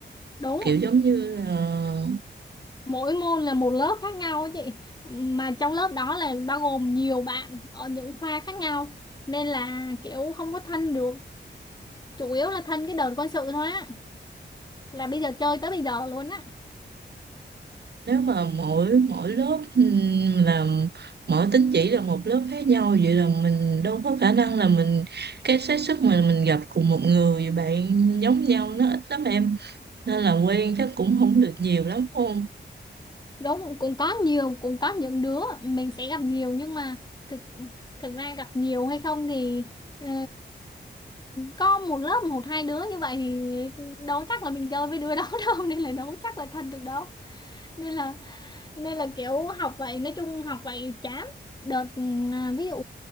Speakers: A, on the left (about 20°); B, on the right (about 60°).
A: đúng
B: kiểu giống như là
A: mỗi môn là một lớp khác nhau á chị mà trong lớp đó là bao gồm nhiều bạn ở những khoa khác nhau nên là kiểu không có thân được chủ yếu là thân cái đợt quân sự thôi á là bây giờ chơi tới bây giờ luôn á
B: nếu mà mỗi mỗi lớp ừm, làm mỗi tín chỉ là một lớp khác nhau vậy là mình đâu có khả năng là mình cái xác suất mà mình gặp cùng một người bạn giống nhau nó ít lắm em nên là quen chắc cũng không được nhiều lắm phải không
A: đúng cũng có nhiều cũng có những đứa mình sẽ gặp nhiều nhưng mà thực thực ra gặp nhiều hay không thì ờ, có một lớp một hai đứa như vậy thì đâu chắc là mình chơi với đứa đó <laughs> đâu nên là đâu chắc là thân được đâu nên là nên là kiểu học vậy nói chung học vậy chán đợt ừ, à, ví dụ